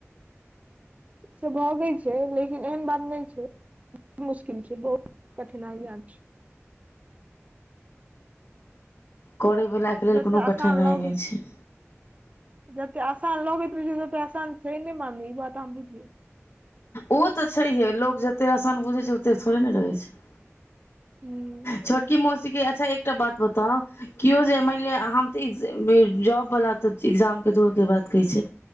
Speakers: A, on the right (about 30°); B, on the left (about 60°).
A: से भगे छै लेकिन एहन बात नहि छै बहुत मुशकिल छै बहुत कठिनाईयाँ छै
B: करयवाके लेल
A: जते
B: कोनो
A: आसान
B: कठिनाइ
A: लगै
B: नहि छै
A: जते आसान लगैत रहै छै तते आसान छै ने मामी ई बात आहां बुझियो
B: ओ तऽ छैहे लोक जते आसान बुझैत छै ओते थोड़े न रहै छैय
A: हूँ
B: छोटकी मौसी की अच्छा एकटा बात बताउ केओ जे मानि लिअ हम तऽ जॉबवला तऽ एग्जामके दूरके बात कहै छै